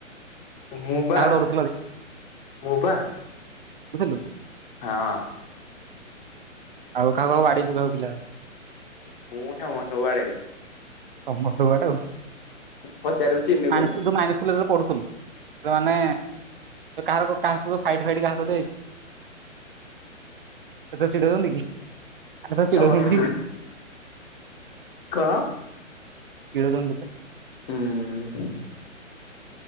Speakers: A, on the left; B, on the right.
A: ମୁଁ ପା
B: କାହାକୁ
A: ମୁଁ ପା
B: <unintelligible>
A: ହଁ।
B: ଆଉ କାହାକୁ କାହାକୁ ବାଡେଇଚୁ ପିଲା <unintelligible>
A: ମୁଁ <unintelligible> <unintelligible>
B: <unintelligible> ମାଇନର
A: ପଚାରିବୁ ଚିନୁକୁ
B: ସ୍କୁଲ କବେ ପଢୁଥିଲୁ ତ ମାନେ କାହାର କା ଫାଇଟ ଫାଇଟ କାହା ସହିତ <unintelligible>
A: ତ ହସ କଣ?
B: ଚିଡୋ <unintelligible>
A: ହୁଁ।